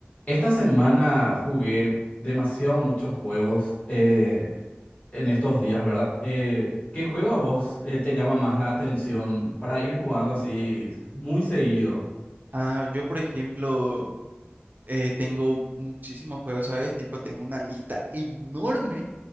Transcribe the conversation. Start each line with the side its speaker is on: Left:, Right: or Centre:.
Left: Esta semana jugué demasiado muchos juegos eh, en estos días, ¿verdad? Eh, ¿qué juego a vos eh, te llama más la atención para ir jugando así muy seguido?
Right: Ah, yo, por ejemplo, eh, tengo muchísimos juegos, ¿sabes? Tipo, tengo una lista enorme